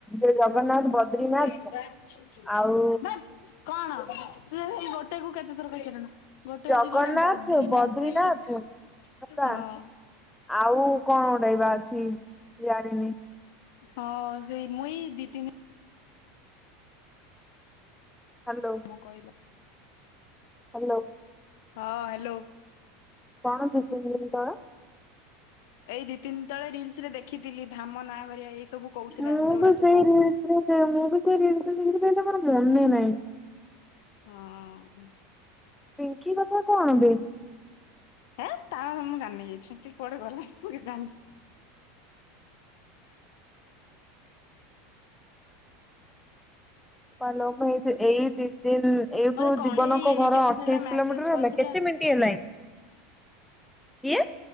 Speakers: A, in the centre; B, on the left.
A: ଜଗନ୍ନାଥ ବଦ୍ରିନାଥ।
B: କଣ ତୁତ
A: ଆଉ
B: ସେଇ ଗୋଟେ କୁ କେତେ ଥର କହିସାରିଲୁନି।
A: ଜଗନ୍ନାଥ
B: ଗୋଟେ ଆଜି
A: ବଦ୍ରିନାଥ
B: କଣ ବଦ୍ରିନାଥ
A: ହେଲା
B: ହଁ।
A: ଆଉ କଣ ଗୋଟାଏବା ଅଛି ଜାଣିନି।
B: ହଁ ସେଇ ମୁଁ ଏଇ ଦିଇ ତିନି
A: ହାଲୋ।
B: ମୁଁ କହିଲା।
A: ହାଲୋ।
B: ହଁ ହାଲୋ।
A: କଣ ଦିଇ ତିିିନି ଡିନି କଣ?
B: ଏଇ ଦିଇ ତିନି ତଳେ ରିଲସ୍ ରେ ଦେଖିଥିଲି ଧାମ ନାଁ କରିବାଆ ଏଇ ସବୁ କହୁଥିଲା
A: ମୁଁ
B: ଯୋଉଟା
A: ବି
B: ତୁ
A: ସେଇ
B: କହୁ
A: ରିଲ୍ସ
B: ସବୁ
A: ରେ ମୁଁ ବି ସେଇ ରିଲସ କ ମୋର ମନେ ନାହିଁ।
B: ହଁ।
A: ପିଙ୍କି କଥା କଣ ବେ?
B: ହେଁ ତା କଥା ମୁଁ ଜାନି କିଛି ସେ କୁଆଡେ ଗଲାଣି ମୁଁ କିଛି ଜାଣିନି।
A: ପାଲଇ ଏଇ ଦି ଦିନ୍ ଏଇଠୁ
B: ମତେ କଣ୍ଢେଇ
A: ଜୀବନଙ୍କ
B: ଏଇ
A: ଘର
B: କେତେଦିନ
A: ଅଠେଇଶି
B: ହେଲା ମେସେଜ
A: କିଲୋମିଟର ହେଲା
B: କରିଥିଲା
A: କେତେ ମିନିଟ୍ ହେଲାଣି? କିଏ?